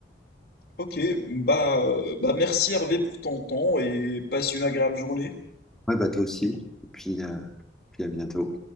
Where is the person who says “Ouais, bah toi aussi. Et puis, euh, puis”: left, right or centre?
Centre